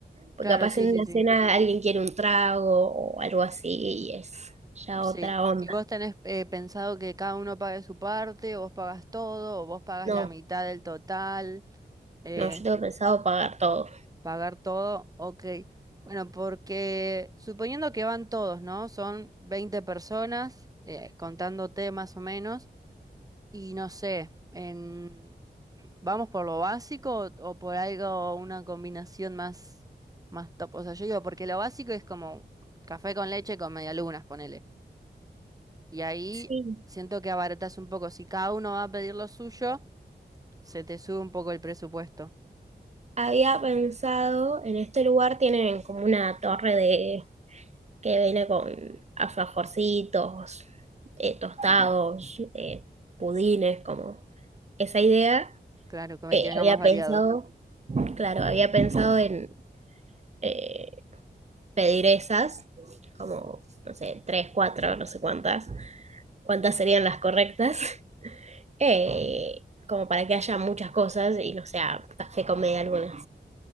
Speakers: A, on the right; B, on the right.
A: porque
B: claro,
A: capaz
B: sí,
A: en
B: sí,
A: una
B: sí.
A: cena alguien quiere un trago o algo así y es ya
B: Sí.
A: otra onda.
B: ¿Y vos tenés eh, pensado que cada uno pague su parte, o vos pagas todo, o vos pagas
A: No.
B: la mitad del total, eh,
A: No, yo tengo pensado pagar todo.
B: pagar todo? Ok. Bueno, porque suponiendo que van todos, ¿no? Son 20 personas, eh, contándote más o menos, y no sé, en... ¿vamos por lo básico o, o por algo, una combinación más, más top? O sea, yo digo, porque lo básico es como café con leche con medialunas, ponele. Y ahí
A: Sí.
B: siento que abaratas un poco. Si cada uno va a pedir lo suyo, se te sube un poco el presupuesto.
A: Había pensado, en este lugar tienen como una torre de que viene con alfajorcitos, eh, tostados, eh, pudines, como esa idea.
B: Claro, que me-
A: eh,
B: que venga
A: había
B: más variado.
A: pensado, claro, había pensado en eh, pedir esas, como, no sé, tres, cuatro, no sé cuántas, cuántas serían las correctas, <laughs> eh, como para que haya muchas cosas y no sea café con media algunas.